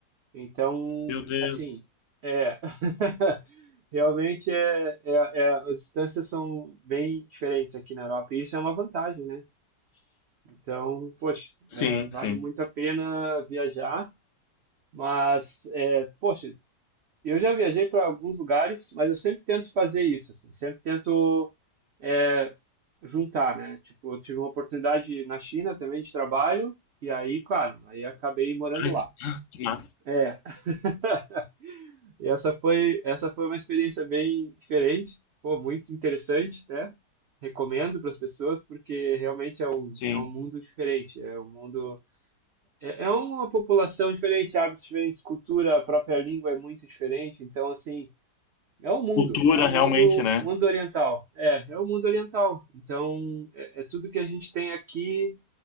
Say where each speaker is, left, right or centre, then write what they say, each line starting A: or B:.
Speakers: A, on the right; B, on the left.
A: Então,
B: meu Deus.
A: assim, é, <laughs> realmente é, é, é- as distâncias são bem diferentes aqui na Europa, e isso é uma vantagem, né? Então, poxa,
B: Sim,
A: é, vale
B: sim.
A: muito a pena viajar, mas, é, poxa, eu já viajei para alguns lugares, mas eu sempre tento fazer isso, assim, sempre tento é, juntar, né? Tipo, eu tive uma oportunidade na China também de trabalho, e aí, claro, aí acabei morando
B: Ai,
A: lá.
B: que que massa.
A: É, <laughs> e essa foi, essa foi uma experiência bem diferente, pô, muito interessante, né? Recomendo para as pessoas, porque realmente é um,
B: Sim.
A: é um mundo diferente, é um mundo, é, é uma população diferente, hábitos diferentes, cultura, a própria língua é muito diferente, então, assim, é o mundo,
B: Cultura,
A: é o
B: realmente,
A: mundo,
B: né?
A: mundo oriental. É, é o mundo oriental. Então, é, é tudo que a gente tem aqui